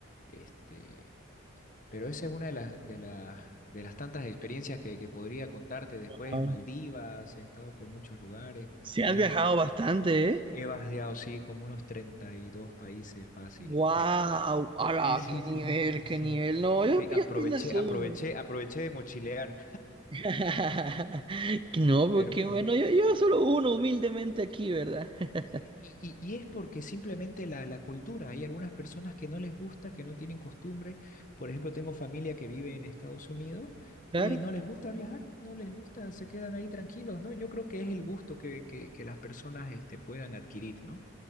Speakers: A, on the left; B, on the right.
A: este, pero esa es una de las, de las, de las tantas experiencias que, que podría contarte después.
B: Wow.
A: Maldivas, he estado por muchos lugares,
B: Sí, has
A: lindo.
B: viajado
A: lindo.
B: bastante, ¿eh?
A: He vadeado, sí, como unos 32 países, fácil.
B: Wow, ala,
A: Sí, sí,
B: qué nivel,
A: sí, sí,
B: qué
A: sí.
B: nivel. No, yo,
A: Sí, aproveché,
B: yo apenas uno.
A: aproveché, aproveché de mochilear,
B: <laughs> No, pero
A: pero
B: qué bueno,
A: eh,
B: yo, yo solo uno humildemente aquí, ¿verdad? <laughs>
A: eh, Y, y- y es porque simplemente la, la cultura, hay algunas personas que no les gusta, que no tienen costumbre. Por ejemplo, tengo familia que vive en Estados Unidos
B: Claro.
A: y no les gusta viajar, no les gusta, se quedan ahí tranquilos, ¿no? Yo creo que es el gusto que, que, que las personas este, puedan adquirir, ¿no?